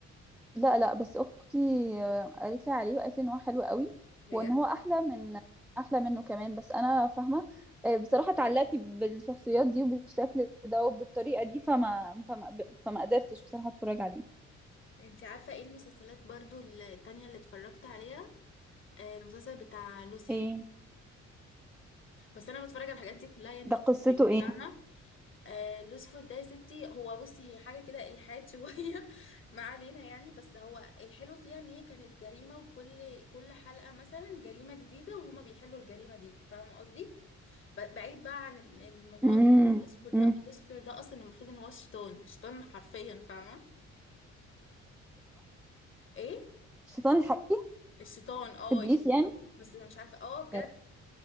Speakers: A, in the centre; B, on the left (about 40°).
A: لا لا بس اختي آه، قالت لي عليه وقالت لي ان هو حلو قوي
B: بجد
A: وان هو احلى من احلى منه كمان بس انا فاهمه آه، بصراحه اتعلقت بالشخصيات دي وبالشكل ده وبالطريقه دي فما فما فما قدرتش بصراحه اتفرج عليه
B: انت عارفه ايه المسلسلات برضو التانية اللي اتفرجت عليها آه، المسلسل بتاع لوسيفر
A: ايه
B: بس انا بتفرج على الحاجات دي كلها يعني
A: ده قصته
B: كتير،
A: ايه
B: فاهمه آه لوسيفر ده يا ستي هو بصي هي حاجه كده الحاد شويه <laughs> ما علينا يعني بس هو الحلو فيها ان هي كانت جريمه وكل كل حلقه مثلا جريمه جديده وهما بيحلوا الجريمه دي فاهمه قصدي ب- بعيد بقى عن ال- الموضوع
A: امم
B: أصلاً لوسيفر
A: امم
B: ده لوسيفر ده اصلا المفروض ان هو الشيطان الشيطان حرفيا فاهمه ايه
A: الشيطان الحقيقي
B: الشيطان اه
A: ابليس
B: يعني
A: يعني
B: بس مش عارفه اه بجد
A: لا، لا.